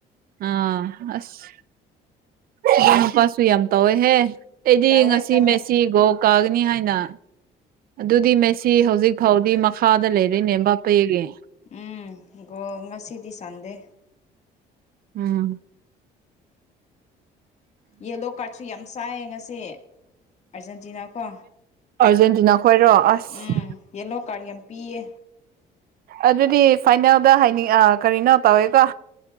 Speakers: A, on the right; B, on the left.
A: ꯑꯥ ꯑꯁ ꯏꯕ ꯃꯄꯥꯁꯨ ꯌꯥꯝ ꯇꯧꯋꯦꯍꯦ ꯑꯩꯗꯤ
B: ꯇꯧꯋꯦ
A: ꯉꯁꯤ
B: ꯇꯧꯋꯦ
A: ꯃꯦꯁꯤ ꯒꯣ ꯀꯥꯒꯅꯤ ꯍꯥꯏꯅ ꯑꯗꯨꯗꯤ ꯃꯁꯤ ꯍꯧꯖꯤꯛ ꯐꯥꯎꯗꯤ ꯃꯈꯥꯗ ꯂꯩꯔꯦꯅꯦꯦꯝ ꯕꯥꯄꯦꯒꯦ
B: ꯎꯝ ꯣ ꯉꯁꯤꯗꯤ ꯆꯥꯟꯗꯦ
A: ꯎꯝ
B: ꯌꯦꯂꯣ ꯀꯥꯔ꯭ꯠꯁꯨ ꯌꯥꯝ ꯆꯥꯏꯌꯦ ꯉꯁꯤ ꯑꯥꯔꯖꯦꯟꯇꯤꯅꯥ ꯀꯣ
A: ꯑꯥꯔꯖꯦꯟꯇꯤꯅꯥ ꯈꯣꯏꯔꯣ ꯑꯁ
B: ꯎꯝ ꯌꯦꯂꯣ ꯀꯥꯔ꯭ꯠ ꯌꯥꯝ ꯄꯤꯌꯦ
A: ꯑꯗꯨꯗꯤ ꯐꯥꯏꯅꯦꯜꯗ ꯍꯥꯏꯅꯤꯡ ꯑ ꯀꯔꯤꯅꯣ ꯇꯧꯋꯦꯀꯣ꯫